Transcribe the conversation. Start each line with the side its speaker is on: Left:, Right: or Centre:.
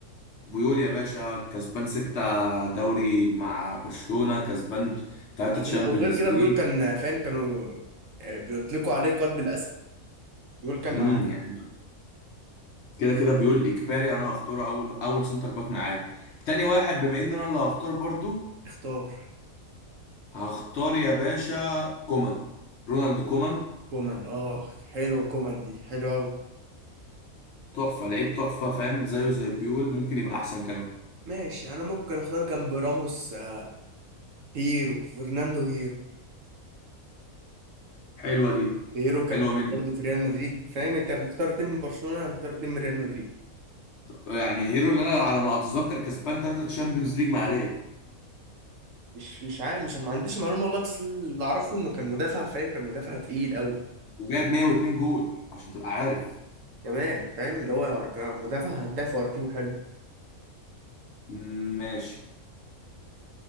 Left: بيول يا باشا كسبان ستة دوري مع برشلونة كسبان تلاتة
Right: آه،
Left: تشامبيونز
Right: لا وغير كده
Left: ليج
Right: بيول كان آه، فاهم كانوا آه، بيطلقوا عليه قلب الاسد بيول كان
Left: امم
Right: ع-
Left: يعني كده كده بيقول اجباري انا هختار اول اول سنتر باك معايا تاني واحد بما ان انا اللي هختار برضو
Right: اختار
Left: هختار يا باشا كومان رونالد كومان
Right: كومان اه حلوة كومان دي حلوة أوي
Left: تحفة لعيب تحفة فاهم زيه زي بيول ممكن يبقى احسن كمان
Right: ماشي أنا ممكن أختار جنب راموس آه، هيرو فرناندو هيرو
Left: حلوة دي
Right: هيرو كان
Left: حلوة مني
Right: برضه في ريال مدريد فاهم أنت مختار اتنين من برشلونة أنا مختار اتنين من ريال مدريد
Left: يعني هيرو اللي انا على ما اتذكر كسبان ثلاثة تشامبيونز ليج مع ريال
Right: مش مش عارف مش ما عنديش معلومة والله بس اللي أعرفه إنه كان مدافع فاهم كان مدافع تقيل أوي
Left: وجايب 102 جول عشان تبقى عارف
Right: كمان فاهم اللي هو أرج- مدافع هداف وأرقامه حلو
Left: مم، ماشي